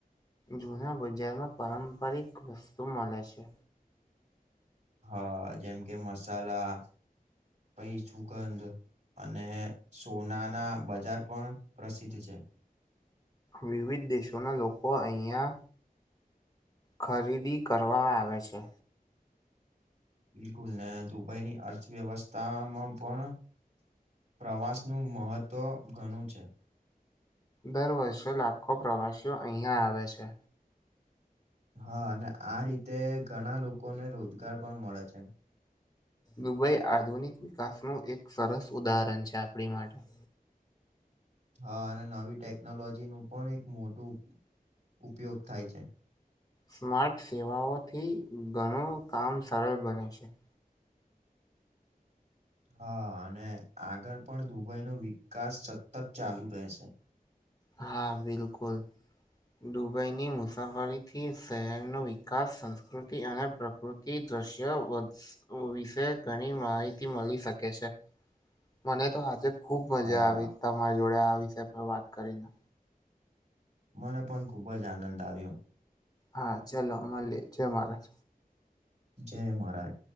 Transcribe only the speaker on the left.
જુના બજારમાં પારંપરિક વસ્તુ મળે છે.
વિવિધ દેશોના લોકો અહીંયા ખરીદી કરવા આવે છે.
દર વર્ષે લાખો પ્રવાસીઓ અહીયાંયા આવે છે.
દુબઈ આધુનિક વિકાસનું એક સરસ ઉદાહરણ છે, આપણી માટે
સ્માર્ટ સેવાઓથી ઘણું કામ સરળ બને છે.
હા બિલકુલ દુબઈની મુસાફરીથી શહેરનો વિકાસ સંસ્કૃતિ અને પ્રકૃતિ દ્રશ્ય વિશે ઘણી માહિતી મળી શકે છે. મને તો આજે ખુબ મજા
આવી તમારી જોડે આ વિષય પણ વાત કરીને
હા ચલો મળીએ જય મહારાજ